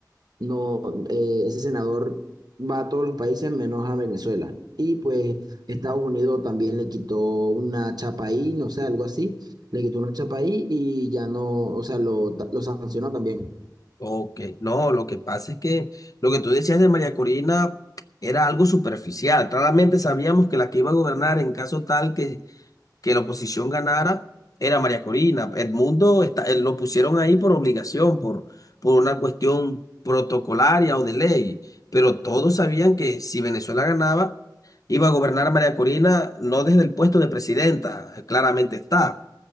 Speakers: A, on the right; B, on the left.
A: no, eh, ese senador va a todos los países menos a Venezuela. Y pues Estados Unidos también le quitó una chapa ahí, no sé, algo así. Le quitó una chapa ahí y ya no, o sea, lo, lo sancionó también.
B: Ok, no, lo que pasa es que lo que tú decías de María Corina era algo superficial. Claramente sabíamos que la que iba a gobernar en caso tal que que la oposición ganara era María Corina. Edmundo está, eh, lo pusieron ahí por obligación, por, por una cuestión protocolaria o de ley, pero todos sabían que si Venezuela ganaba, iba a gobernar a María Corina no desde el puesto de presidenta, eh, claramente está,